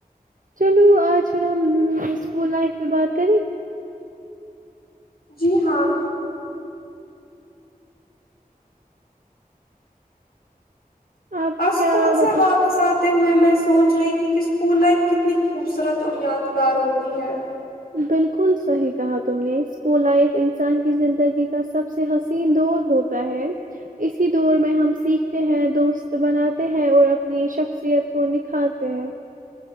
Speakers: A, on the right; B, on the left.
A: چلو آج پھر ہم اسکول لائف میں بات کریں
B: جی ہاں
A: آپ
B: اور اسکول
A: کیا
B: سے
A: بتا
B: واپس آتے ہوئے میں سوچ رہی تھی کہ اسکول لائف کتنی خوبصورت اور یادگار ہوتی ہے
A: بالکل صحیح کہا تم نے اسکول لائف انسان کی زندگی کا سب سے حسین دور ہوتا ہے اسی دور میں ہم سیکھتے ہیں دوست بناتے ہیں اور اپنی شخصیت کو نکھارتے ہیں